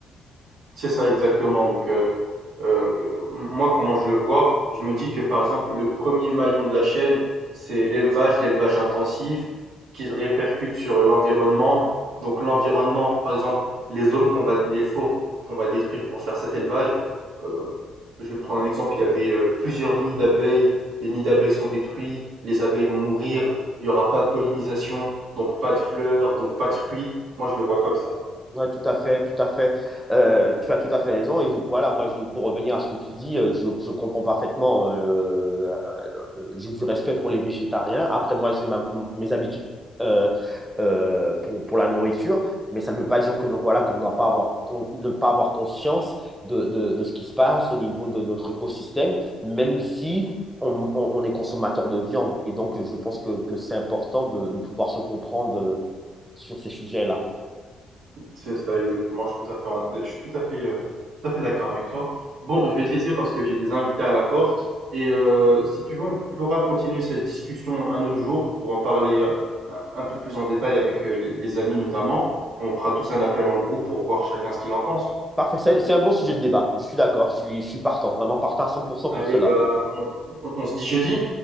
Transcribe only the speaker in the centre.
Ouais, tout à fait, tout à fait. Euh, tu as tout à fait raison. Et je- voilà, moi, je- pour revenir à ce que tu dis, euh, je, je comprends parfaitement euh, j'ai du respect pour les végétariens. Après, moi, j'ai ma- mes habitudes euh, euh, pour, pour la nourriture, mais ça ne veut pas dire que non, voilà, qu'on ne doit pas avoir, qu'on- ne pas avoir conscience de, de, de ce qui se passe au niveau de notre écosystème, même si on, on- on est consommateur de viande. Et donc, je pense que, que c'est important de, de pouvoir se comprendre sur ces sujets-là?
Parfait, c'est c'est un bon sujet de débat. Je suis d'accord, je suis, je suis partant, vraiment partant à cent pour cent pour
cela.